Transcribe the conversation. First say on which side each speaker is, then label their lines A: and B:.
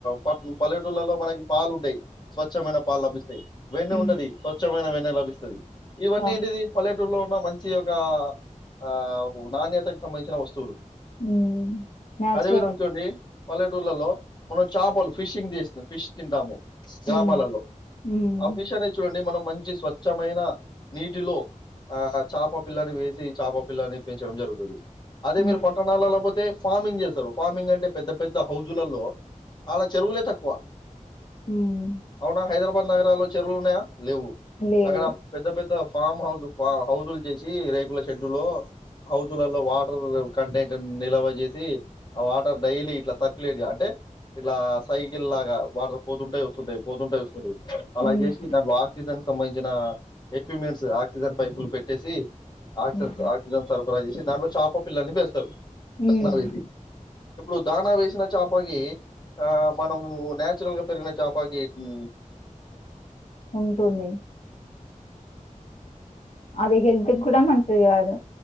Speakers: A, on the left; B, on the left.
A: పల్ పల్లెటూళ్లలో మనకి పాలుంటాయి స్వచ్ఛమైన పాలు లభిస్తాయి వెన్న
B: ఉమ్
A: ఉంటది స్వచ్ఛమైన వెన్ ల లభిస్తది ఇవన్నీ
B: ఆ
A: ఏంటిదీ పలెట్ టూరు లో ఉన్నా మంచి ఒకా, ఆ నాణ్యతకి సంబంధించిన వస్తువులు.
B: హ్మ్ న్యాచురల్.
A: అదేవిధంగ చూడండీ పలెట్ టూర్లలో మనం చాపలు ఫిషింగ్ది చేస్తం ఫిష్ తింటాము. గ్రామాలలో
B: హ్మ్. హ్మ్.
A: ఆ ఫిష్ అనేద్ చూడండి మనం మంచి స్వచ్ఛమైనా నీటిలో ఆ చాప పిల్లని వేసి చాపపిల్లని పెంచడం జరుగుతది. అదే
B: హ్మ్.
A: మీరు పట్ లేకపోతే ఫార్మింగ్ చేస్తరు. ఫార్మింగ్ అంటే పెద్ద పెద్ద హౌజులల్లో. ఆడ చెరువులే తక్కువ.
B: హ్మ్.
A: అవునా హైదరాబాద్ నగరాల్లో చెరువులు ఉన్నయా. లేవు.
B: లేవు.
A: అక్కడా పెద్ద పెద్ద ఫామ్ హౌజు ఫా హౌజుల్ చేశీ, రేకుల షెడ్డు లో, హౌజలలో వాటర్ కంటైనర్ నిల్వ చేశీ. ఆ వాటర్ డైలీ ఇట్లా సర్కు్యులేట్ గా అంటే, ఇట్లా సైకిల్ లాగా వాటర్ పోతుంటయ్ వస్తుంటయ్ పోతుంటయ్ వస్తుడు అలాగ్
B: హ్మ్.
A: చేశి దాంట్లో ఆక్సిజన్క్ సంబంధించినా ఎక్విప్మెంట్స్ ఆక్సిజన్ పైపులు పెట్టేసీ. ఆక్సన్స్
B: హ్మ్.
A: ఆక్సిజన్ సర్ఫ్ ఫరా చేశి దాంట్లో చాప పిల్లల్ని పెంచ్ తరు
B: హ్మ్.
A: దానాలకి ఇప్పుడు దానా వేశిన చాపకీ, ఆ మనమూ నేచురల్గ పెరిగిన చాపకీ ఊ
B: ఉంటుంది. అది హెల్త్ క్కూడా మంచిది గాదు.